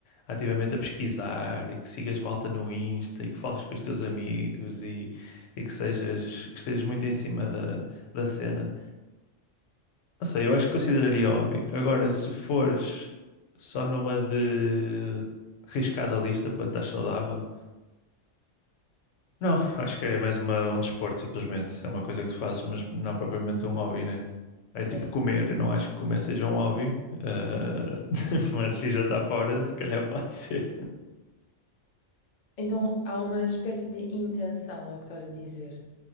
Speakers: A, on the left; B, on the left.
A: ativamente a pesquisar e que sigas malta no Insta e que fales com os teus amigos e, e que sejas, que estejas muito em cima da, da cena. Não sei, eu acho que consideraria hobby. Agora, se fores só numa de riscada lista para estar saudável, não, acho que é mais uma, um desporto, simplesmente. É uma coisa que tu fazes, mas não é propriamente um hobby, né? É
B: Sim.
A: tipo comer, eu não acho que comer seja um hobby, ah, <laughs> mas ir jantar fora, se calhar pode ser.
B: Então há uma espécie de intenção, é o que estás a dizer.